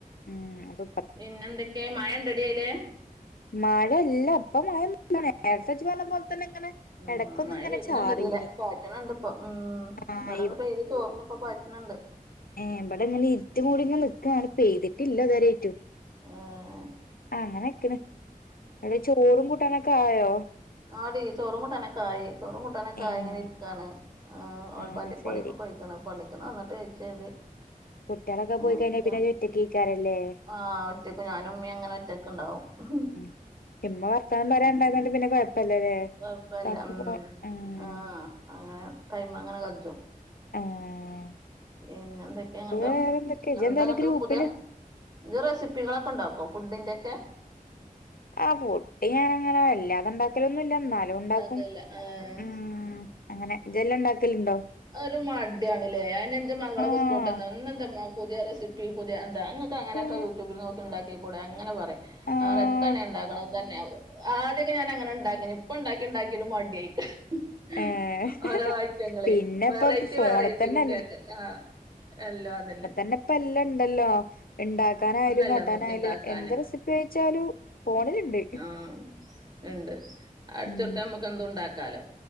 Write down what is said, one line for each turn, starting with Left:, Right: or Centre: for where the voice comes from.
Left: ഉം. അതൊപ്
Right: പിന്നെന്തൊക്കെ മയണ്ടടി അയിലെ?
Left: മഴല്ല പ്പ മഴയൊന്നുലനെ നേരത്തെച് പറ്ഞ്ഞപോൽതന്നെ ഇങ്ങനെ
Right: മ്..
Left: എടക്കൊന്ന്
Right: മയവെര്ന്ണ്ട്
Left: ഇങ്ങനെ ചാറീനി
Right: ഇതിലെ പാറ്റ്ണ്ണ്ണ്ട് പ്പോ മ്..
Left: ആഹ്
Right: വ്ടെന്ന് പൈത് ചോറ്ന്പ്പോ പാറ്റ്ണ്ണ്ട്
Left: ഏ.. ബ്ടെ ങ്ങനെ ഇര്റ്റ് മൂടി ങ്ങനെ നിക്കാണ് പെയ്ത്ട്ടില്ല ഇതരൈറ്റും.
Right: ആ.. ഹഹ്
Left: അങ്ങനെക്ണ് അടെ ചോറും കൂട്ടാനൊകായോ?
Right: ആടി.. ചോറും കൂട്ടാനൊകായി ചോറും കൂട്ടനൊകായി
Left: ഏഹ്
Right: ങ്ങനെര്ക്കാണ് ആ ഓല്
Left: ആഹ്
Right: പല്ലി
Left: ശരി
Right: പള്ളികക്കൊയികാണ് പള്ളിക്ക് നന്ന്ട്ട് <unintelligible> പിന്നെ
Left: കുട്ടികളൊക്കെ പോയി
Right: വ്ക്ക
Left: കഴിഞ്ഞാ പിന്നെ ഇജ്ജ് ഒറ്റക്കേക്കാരല്ലേ
Right: ആ.. ഒറ്റക്ക് ഞാനുമ്മി ങ്ങനെ ഒറ്റക്ണ്ടാവും മ് ഹ്..
Left: ഉം ഇമ്മ വർത്താനം പറയണ്ടായതൊണ്ട് പിന്നെ കൊഴപ്പല്ലല്ലേ
Right: കൊയപ്പല്ല
Left: സംഭവം
Right: മ്..
Left: ഉം
Right: ആ.. ഹ് അങ്ങനെ ടൈമ ങ്ങനെ കജും.
Left: ആഹ്
Right: പിന്നെന്തൊക്കെങ്ങട്ട്
Left: അത് വേറെന്തൊക്കെ ഇജെന്തായാലും
Right: എന്താങ്ങട്ട്
Left: ഗ്രൂപ്പില്
Right: പുതിയ് ജ് റെസിപ്പികളെക്കോ ഉണ്ടാക്കോ ഫുഡിന്റെ ക്കെ?
Left: ആ ഫുഡ്ഞാനങ്ങനെ വല്ലാതെ ണ്ടാക്കലൊന്നുല്ല ന്നാല് ലോംണ്ടാക്കും.
Right: ഉണ്ടാക്കല്ല ആഹ്
Left: മ് അങ്ങനെ ഇജ്ല്ലാം ണ്ടാക്കല്ണ്ടോ?
Right: ഒര് മടിയണ്ല്ലേ അയെന്നെ ഇൻ്റെ മകളെകെ
Left: ആഹ്
Right: ഇസ്ക്കോള്ട്ടന്ന ഇന്നന്താമ്മ പുതിയ റെസിപ് പി പുതെയ് ൻന്താ ഇങ്ങക്കെ ങ്ങനെക്കെ
Left: ഉം
Right: യൂട്യൂബില് നോക്കി ഇ ണ്ടാക്കികൂടെ അങ്ങനെ പറിം
Left: ആഹ്
Right: അറെ എത്തണെണ്ടാക്ണത് ഇതെന്നെവും ആദ്യൊക്കെ ഞാനങ്ങനെ ണ്ടാകിന് ഇപ്പ ണ്ടാക്കി ണ്ടാകിട് മടിയ്ക്ക് ഹ്.
Left: ഏഹ്
Right: ഓരോ ഐറ്റങ്ങളെയ്
Left: പിന്നെ ഇപ്പൊ
Right: റൈറ്റി
Left: ഫോണ്
Right: വെറൈറ്റി
Left: തന്നെല്ലേ
Right: കുട്ട്യാക്ക്ആ എല്ലോ അതന്നെ.
Left: അന്നെ പ്പല്ലാം ഇണ്ടല്ലോ ഇ ണ്ടാക്കാനായാലും
Right: എന്തല്ല
Left: കാട്ടാനായാലും
Right: നോക്കി ഉണ്ടാക്കാന്
Left: എന്ത് റെസിപ്പിയിച്ചാലു പോണില്ണ്ട്.
Right: ആ.. ഇണ്ട് അടിചോട്ത്ത
Left: ഉം
Right: മ്മകെന്തു ണ്ടാക്കാലോ